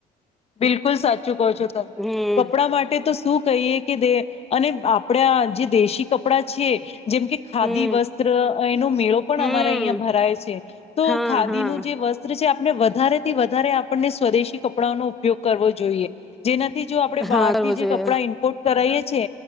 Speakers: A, on the left (about 35°); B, in the centre.
A: બિલકુલ સાચુ કો છો તમે
B: હમ
A: કપડા માટે તો શું કહીએ કે દે અને આપડે અ જે દેશી કપડાં છે જેમ કે ખાદી
B: હમ
A: વસ્ત્ર એનો મેળો પણ
B: હમ
A: અમારા અહિયાં ભરાય છે. તો
B: હા
A: ખાદીનું
B: હા
A: જે વસ્ત્ર છે વધારે થી વધારે આપણને સ્વદેશી કપડાઓનુ ઉપયોગ કરવો જોઈએ જેના થી જો આપડણે બહારથી
B: હા કરવો
A: જે
B: જોઈએ
A: કપડાં ઇમ્પોર્ટ કરાયે છે.